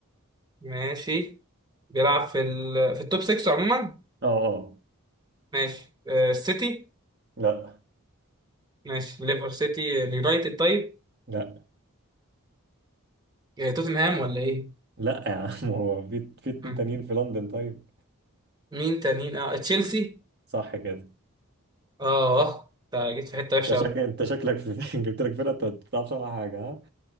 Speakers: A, on the right (about 20°); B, on the right (about 50°).
A: ماشي بيلعب في ال... في التوب 6 عموما
B: اه اه
A: ماشي آه السيتي
B: لا
A: ماشي ليفر سيتي اليونايتد طيب
B: لا
A: آه توتنهام ولا ايه
B: لا يا عم <laughs> هو في في اتنين
A: مم.
B: تانيين في لندن طيب
A: مين تانيين اه تشيلسي
B: صح كده
A: اه اه انت جيت في حته وحشه
B: انت شك...
A: قوي
B: انت شكلك في... <laughs> جبت لك فرقة انت ما تعرفش عنها حاجة ها